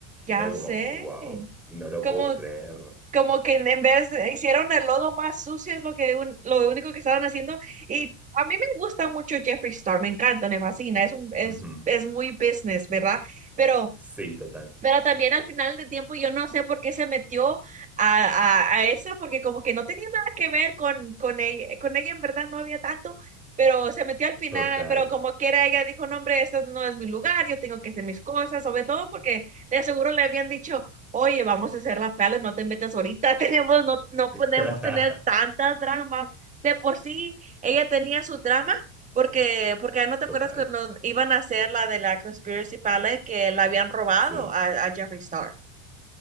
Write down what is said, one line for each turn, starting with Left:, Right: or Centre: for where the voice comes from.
Right: ya
Centre: Era como,
Right: sé.
Centre: wow, no lo
Right: como,
Centre: puedo creer.
Right: como que en vez hicieron el lodo más sucio, es lo que un- lo único que estaban haciendo. Y a mí me gusta mucho Jeffree Star, me encanta, me fascina, es un, es,
Centre: Ujú.
Right: es muy business, ¿verdad? Pero
Centre: Sí, total,
Right: pero también al final del tiempo yo no sé por qué se metió a, a, a eso, porque como que no tenía nada que ver con, con ella, con ella en verdad no había tanto, pero se metió al final,
Centre: total.
Right: pero como quiera ella dijo, no hombre, este no es mi lugar, yo tengo que hacer mis cosas, sobre todo porque de seguro le habían dicho, oye, vamos a hacer la pala, no te metas ahorita, <laughs> tenemos, no, no
Centre: <laughs>
Right: podemos tener tantas dramas. De por sí, ella tenía su drama porque, porque ah, no te
Centre: Total,
Right: acuerdas cuando iban a hacer la de la Conspiracy Palette que la habían robado
Centre: sí.
Right: a, a Jeffree Star.